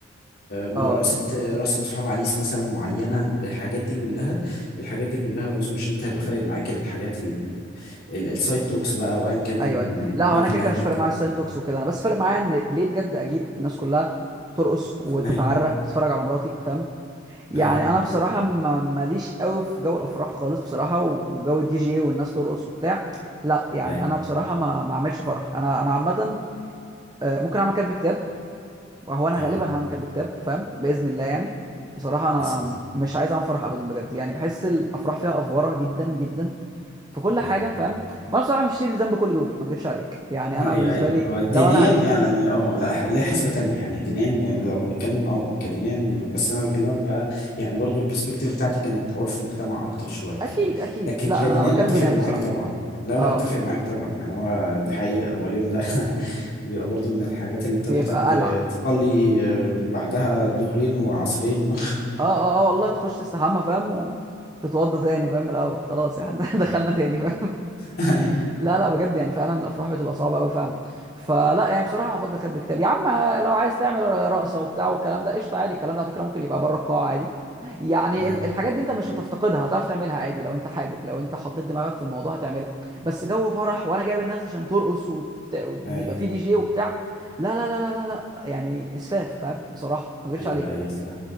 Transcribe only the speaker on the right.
اه
ايوه لا هو انا
كده كده
مش
فارق معايا السايد توكس وكده انا بس فارق معايا ان ليه بجد اجيب الناس كلها ترقص وتتعرى
تتفرج على مراتي فاهم يعني
انا بصراحه ما ماليش قوي في جو الافراح خالص بصراحه و- وجو الدي جي والناس ترقص وبتاع لا يعني
انا بصراحه ما ما اعملش فرح انا انا عامه آه، ممكن اعمل كاتب كتاب هو انا
غالبا هعمل كاتب كتاب فاهم باذن الله يعني بصراحه انا
مش عايز اعمل فرح ابدا بجد يعني بحس الافراح فيها افوره جدا جدا في كل حاجه
فاهم وانا بصراحه مش شايل ذنب كل دول ما اكدبش عليك يعني
انا
بالنسبه
لي
لو انا هي
اكيد
اكيد
لا
انا بتكلم
دينام
بصراحه
اه
بيبقى
قلع
اه اه اه والله تخش تستحمى فاهم وتتوضى تاني فاهم من الاول خلاص يعني <laughs> دخلنا تاني فاهم
لا لا بجد يعني فعلا الافراح بتبقى صعبه قوي فعلا فلا يعني بصراحه انا افضل كاتب كتاب يا عم لو عايز تعمل رقصه وبتاع والكلام ده قشطه عادي الكلام ده على فكره ممكن يبقى بره القاعه عادي يعني
ال- الحاجات دي انت مش هتفتقدها هتعرف تعملها عادي لو انت حابب لو انت حطيت دماغك في الموضوع هتعملها بس جو فرح وانا جايب الناس عشان ترقص وت... وت-
يبقى في دي جي وبتاع لا لا لا لا لا لا يعني اسفاف فاهم بصراحه ما اكذبش
عليك